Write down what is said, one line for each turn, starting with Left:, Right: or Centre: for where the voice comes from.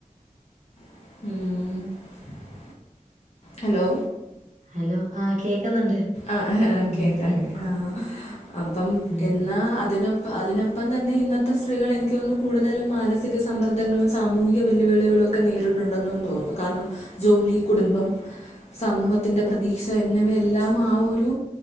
Left: ഉം ഹലോ
Right: ഹലോ ആഹ് കേക്കുന്നുണ്ട്
Left: ആ ആ
Right: ഉം
Left: കേക്കാം ആ അപ്പം
Right: ഉം
Left: എന്നാ അതിനൊ പ്പം അതിനൊപ്പം തന്നെ ഇന്നത്തെ സ്ത്രീകൾ എനിക്ക് തോന്നുന്നു കൂടുതലും മാനസിക സമ്മർദ്ദങ്ങളും സാമൂഹിക വെല്ലുവിളികളും ഒക്കെ നേരിടുന്നുണ്ടെന്ന് തോന്നുന്നു കാരണം ജോലി കുടുംബം സമൂഹത്തിന്റെ പ്രതീക്ഷ എന്നിവയെല്ലാം ആ ഒരു